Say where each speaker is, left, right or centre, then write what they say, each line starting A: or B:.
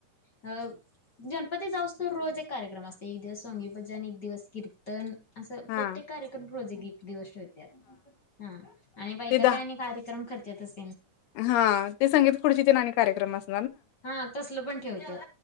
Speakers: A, on the left; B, on the left.
A: अ गणपती जावुस्तवर रोज एक कार्यक्रम असतय एक दिवस संंगी भजन एक दिवस कीर्तन असं
B: हा
A: प्रत्येक कार्यक्रम रोज एक एक दिवस ठेवत्यात हा आणि बाईका
B: ते द
A: काय आणि कार्यक्रम कर त्यातच
B: हा ते संगीत खुर्ची तुन आणी कार्यक्रम अस
A: हा तसलं पण ठेवत्यात